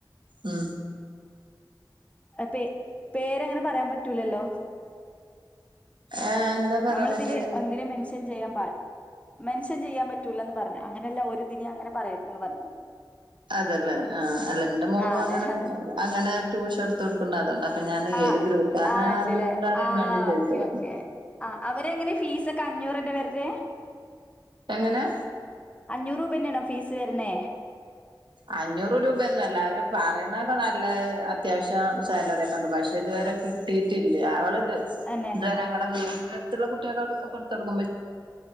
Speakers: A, on the right (about 80°); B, on the left (about 15°).
A: ഉം
B: പേ പേരങ്ങനെ പറയാൻ പറ്റൂലല്ലൊ
A: ഏഹ് എന്താ പറയാൻ
B: ഞമ്മള്
A: പറ്റായി
B: ഇതില് ഒന്നിനെ മെൻഷൻ ചെയ്യാൻ പാട് മെൻഷൻ ചിയ്യാൻ പറ്റൂലന്ന് പറഞ്ഞ് അങ്ങനല്ല ഒര് ഇതിന് അങ്ങനെ പറയര്ത്ത്ന്ന് പറഞ്ഞ്
A: അതെല്ലെ ആഹ് അല്ല ഇന്റെ മോളു
B: ആ അതെ
A: അങ്ങനെ
B: അതെ
A: അങ്ങനെ ട്യൂഷൻ ഇട്ത്തൊട് ണ്ട് അതോണ്ട ഇപ്പ ഞാന്
B: ആ
A: ഏത് ഗ്രൂപ്പാന്നാ
B: ആ ഉണ്ടല്ലേ
A: അതോണ്ട അറിയാൻ
B: ആ
A: വേണ്ടി ചോദിച്ചതാണ്
B: ഓക്കെ ഓക്കെ ആ അവര് എങ്ങനെ ഫീസൊക്കെ അഞ്ഞൂറെന്നെ വര്നെ
A: എങ്ങനെ
B: അഞ്ഞൂറ് രൂബെന്നാണൊ ഫീസ് വര്ണെ
A: അഞ്ഞൂറ് രൂബെന്നല്ല അവര് പറേണൊക്ക നല്ല അത്യാവശ്യം സാലറി ഒക്കണ്ട് പക്ഷെ ഇത് വരെ കിട്ടീട്ടില്ല അവള് ഇതു
B: തന്നെ
A: ഇതുവരെ ഞങ്ങടെ വീടിന്റെ അട്ത്ത്ള്ള കുട്ട്യേക്കൊക്കെ ഇട്ത്തൊട്ക്കും